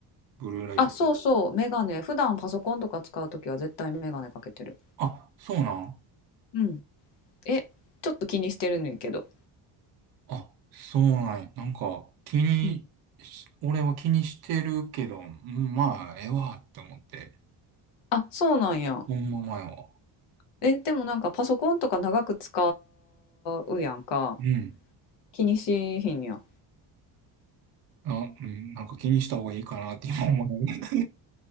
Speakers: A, on the right; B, on the left.
A: ブルーライト。
B: あ、そうそう、メガネ。普段パソコンとか使うときは絶対メガネかけてる。
A: あ、そうなん
B: うん。え、ちょっと気にしてるねんけど。
A: あ、そうなんや。なんか、気にし、
B: うん。
A: 俺は気にしてるけど、うんまあ、ええわって思って。
B: あ、そうなんや。
A: ほんま前は。
B: え、でもなんかパソコンとか長く使うやんか。
A: うん。
B: 気にしひんや。
A: あ、うん、なんか気にした方がいいかなって今思う。<laughs>